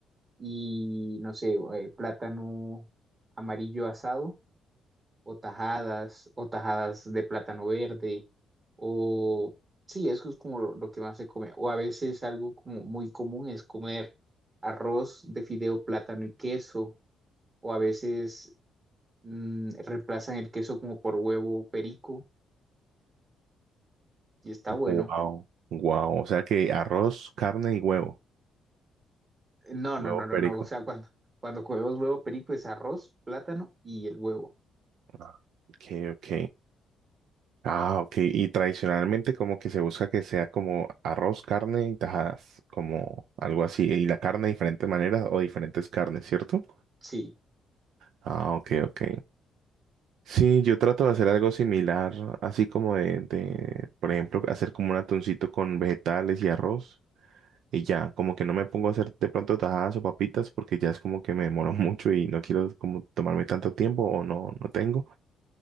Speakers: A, on the right; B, on the right.
A: Y no sé, eh, plátano amarillo asado o tajadas o tajadas de plátano verde o sí, eso es como lo, lo que más se come. O a veces algo como muy común es comer arroz de fideo, plátano y queso o a veces mm, reemplazan el queso como por huevo perico y está bueno.
B: Wow, wow. O sea que arroz, carne y huevo,
A: No,
B: huevo
A: no, no, no,
B: perico.
A: no. O sea, cuando, cuando comemos huevo perico es arroz, plátano y el huevo.
B: Ah, Ok, ok. Ah, ok. Y tradicionalmente como que se busca que sea como arroz, carne y tajadas, como algo así. Y la carne de diferentes maneras o diferentes carnes, ¿cierto?
A: Sí.
B: Ah, ok, ok. Sí, yo trato de hacer algo similar, así como de, de, por ejemplo, hacer como un atuncito con vegetales y arroz. Y ya, como que no me pongo a hacer de pronto tajadas o papitas porque ya es como que me demoro <laughs> mucho y no quiero como tomarme tanto tiempo o no, no tengo.